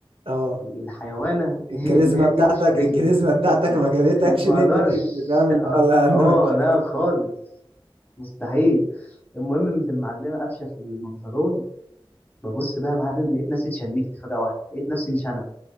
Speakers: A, on the right; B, on the left.
A: آه.
B: الحيوانة
A: الكاريزما
B: <laughs> إن هي
A: بتاعتك
B: تقفش في رجلي
A: الكاريزما بتاعتك
B: <laughs>
A: ما جابتكش
B: ما
A: إن أنت
B: أقدرش
A: تجري فاهم، اللي
B: آه،
A: هو لأ أنا
B: آه،
A: مش
B: لأ
A: هاجري.
B: خالص. مستحيل. المهم قامت المعلمة قافشة في البنطلون، بابُص بقى يا معلم لقيت نفسي اتشنِّكت فجأة واحدة، لقيت نفسي مش أنا،